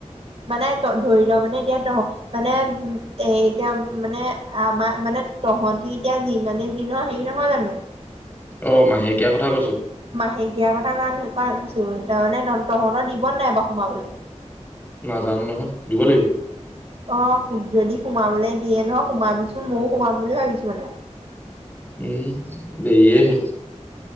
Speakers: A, on the right; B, on the left.
A: মানে তই ধৰি মানে এতিয়া তহ মানে উ এ এতিয়া মানে আমাৰ মানে তহতি এতিয়া মানে দিনৰ হেৰি নহয় জানো?
B: অ' মাহেকীয়া কথা কৈছো?
A: সেই দিয়া কথা কাৰণ কৈছো তাৰমানে তহঁতৰ দিব নাই বাৰ সোমাবলৈ
B: নাজানো নহয় দিব লাগিব।
A: অ যদি সোমাবলৈ দিয়ে নহ সোমাবিচোন, ময়ো সোমাম বুলি ভাবিছো মানে।
B: উম। দেৰি হ'ল।